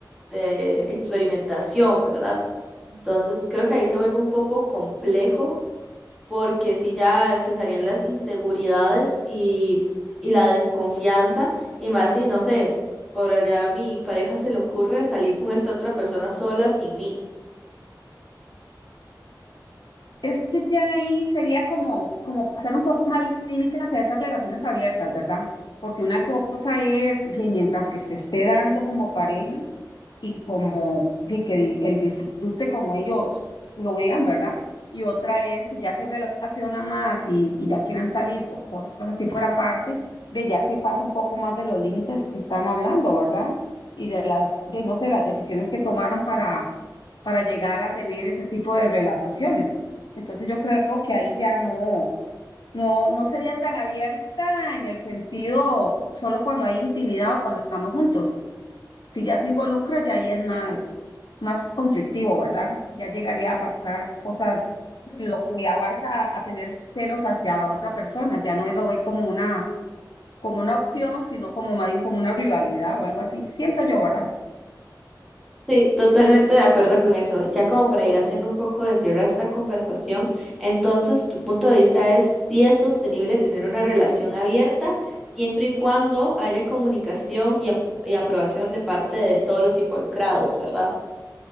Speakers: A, in the centre; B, on the left (about 70°).
A: de experimentación, ¿verdad? Entonces creo que ahí se vuelve un poco complejo porque si ya empezarían las inseguridades y, y la desconfianza, y más si, no sé, por allá a mi pareja se le ocurre salir con esta otra persona sola sin mí.
B: Es que ya ahí sería como, como pasar un poco más límites hacia esas relaciones abiertas, ¿verdad? Porque una cosa es, bien, mientras que se esté dando como pareja, y como de que di- el disfrute como ellos lo vean, ¿verdad? Y otra es si ya se relaciona más y, y ya quieren salir por cosas así por aparte, de ya se pasa un poco más de los límites que están hablando, ¿verdad? Y de las, de, no sé, las decisiones que tomaron para, para llegar a tener ese tipo de relaciones. Entonces yo creo que ahí ya no, no, no sería tan abierta en el sentido solo cuando hay intimidad o cuando estamos juntos si ya se involucra, ya ahí es más, más conflictivo, ¿verdad? Ya llegaría a pasar cosas, lo que abarca a tener celos hacia la otra persona, ya no lo ve como una, como una opción, sino como más bien como una rivalidad o algo así. Siento yo, ¿verdad?
A: Sí, totalmente de acuerdo con eso. Ya como para ir haciendo un poco de cierre a esta conversación, entonces tu punto de vista es si es sostenible tener una relación abierta siempre y cuando haya comunicación y, ap- y aprobación de parte de todos los involucrados, ¿verdad?